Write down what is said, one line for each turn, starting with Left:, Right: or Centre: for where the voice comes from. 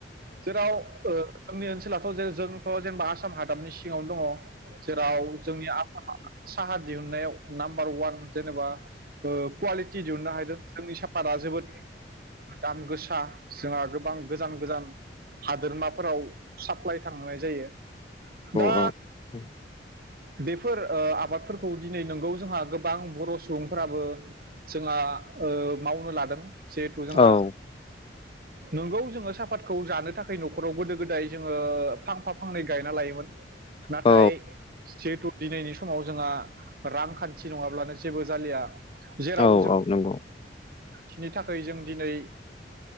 Right: जेराव ओ जोंनि ओनसोलावथ' जेरै जोंथ' जेनेबा आसाम हादाबनि सिङावनो दङ जेराव जोंनि आसामा साहा दिहुननायाव नाम्बार वान जेनेबा कुवालिटि दिहुननो हादों जोंनि साफाता जोबोद दाम गोसा जोंहा गोबां गोजान गोजान हादोरमाफोराव साप्लाइ थांनाय जायो दा
Left: औ औ
Right: बेफोर ओ आबादफोरखौ दिनै नंगौ जोंहा गोबां बर' सुबुंफ्राबो जोंहा ओ मावनो लादों जिहेथु जोंहा
Left: औ
Right: नोंगौ जोङो साफातखौ जानो थाखाय न'खराव गोदो गोदाय जोङो फांफा फांनै गायना लायोमोन नाथाय
Left: औ
Right: जिहेथु दिनैनि समाव जोंहा रांखान्थि नङाब्लानो जेबो जालिया जेराव
Left: औ औ नंगौ
Right: बिनि थाखाय जों दिनै